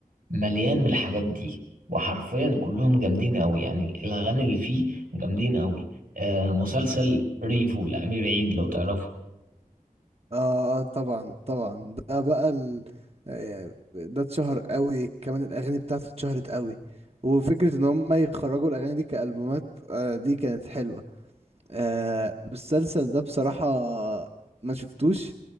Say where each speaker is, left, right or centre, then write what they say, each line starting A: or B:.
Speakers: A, on the right (about 80°); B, on the right (about 45°).
A: مليان من الحاجات دي وحرفيا كلهم جامدين قوي يعني الاغاني اللي فيه جامدين قوي آه مسلسل ريفو لأمير عيد لو تعرفه
B: اه اه طبعا طبعا ده بقى ال... آه، ده اتشهر قوي كمان الاغاني بتاعته اتشهرت قوي وفكرة ان هم يخرجوا الاغاني دي كألبومات آه، دي كانت حلوة آه، المسلسل ده بصراحة ما شفتوش